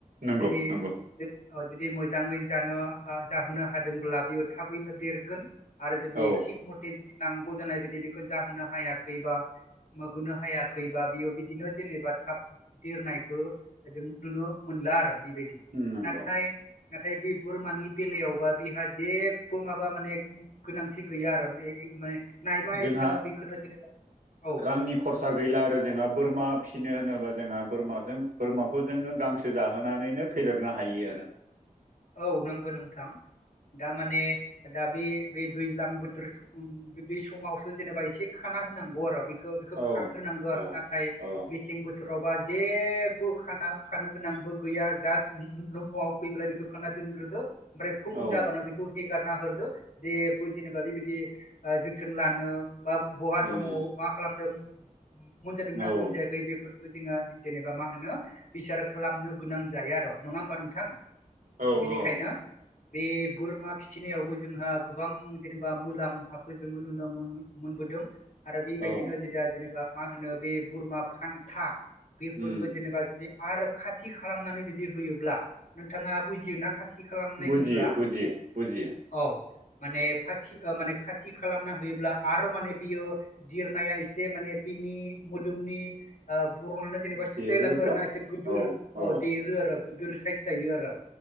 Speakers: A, on the right; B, on the left.
A: नंगौ
B: जुदि
A: नंगौ
B: जुदि अ मोजाङै जानो ओ ज हुनो हादोंब्ला बियो थाबैनो देरगोन आरो जदि
A: औ
B: थिग मते नांगौ जानाय बे बे बेखौ जाहोनो हायाखैबा होनो हायाखैबा बेयो बिदिनो जेनेबा थाब देरनायखौ जों नुनो मोनला आरो बेबायदि
A: नंगौ
B: नाथाय नाथाय बे बोरमानि बेलायावबा बिहा जेबो माबा माने गोनांथि गैया आरो माने नायबाय
A: जोंहा
B: थानो बेखौनो जेनेबा औ
A: रांनि खरसा गैला आरो जेनबा बोरमा फिसिनो‌ होनोबा जोंहा बोरमा जों बोरमाखौ जोङो गांसो जाहोनानैनो फेदेरनो हायो आरो
B: औ नोंगो नोंथां दा माने दा बे बे दैज्लां बोथोर बीदि समावसो जेनेबा एसे खाना होनांगौ आरो बे खौ बिखौ खाग्रोनांगो
A: ओ
B: आरो
A: औ
B: नाथाय
A: औ
B: मिसें बोथो रावबा जेबो खाना खानो गोनांबो गैया जास नआव फैब्ला बेखो खाना दोनग्रोदो ओमफ्राय फुं
A: औ
B: जाबानो बेखौ हेगारना होरदो जेबो जेनेबा बेबायदि ओ जोथोन लानो बा बहा
A: उम
B: दङ मा खालामदों? मोनजादोंना
A: औ
B: मोनजायाखै बेफोर खो जोङो जेनेबा मा होनो बिसार खालामनो गोनां जायो आरो नङा होमबा नोंथां?
A: औ
B: बेनिखायनो
A: औ
B: बे बोरमा फिसिनायावबो जोंहा गोबां जेनेबा मुलाम्फाखौ जोंङो नुनो मोन मोनबोदों ‌। आरो बेबायदिनो
A: औ
B: <unintelligible> जेनेबा मा होनो बे बोरमा फान्था बेफोरखौ
A: उम
B: जेनेबा जुदि आरो खासि खालामनानै जुदि होयोब्ला नोंथाङा बुजियोना खासि खालामनाय
A: बुजियो
B: होनोब्ला
A: बुजियो बुजियो
B: औ माने फासि ओ माने खासि खालामना होयोब्ला आरो माने बियो दिरनाया एसे माने इनि मोदोमनि ओब बरनानो जेनेबा सोलायलाङो
A: देरोब्ला
B: आर ना एसे गोदोर
A: औ औ
B: ओ देरो आरो गिदिर साइस जायो आरो